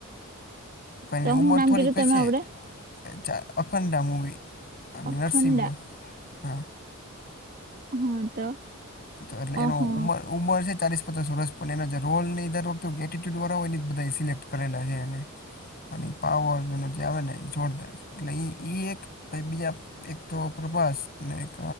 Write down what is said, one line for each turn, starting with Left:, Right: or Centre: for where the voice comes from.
Left: પહે
Right: તો હું
Left: ઉમર
Right: નામ
Left: થોડીક
Right: કીધું તમે
Left: હસે.
Right: આવડે
Left: ચ અખંડા મૂવી અને
Right: અખંડા
Left: નરસિમ્મા હા
Right: હ તો.
Left: તો એટલે એનો
Right: અહ
Left: ઉમર ઉમર છે ચાલીસ પચાસ વર્ષ પણ એના જે રોલની ઈ દર વખતે એટીટ્યુડવાળા હોય ને ઈ બધા જ સિલેક્ટ કરેલા હે એને. અને એ પાવર એનો જે આવે ને એ જોરદાર છે એટલે એ એ એક પ બીજા એક તો પ્રભાસ અને એક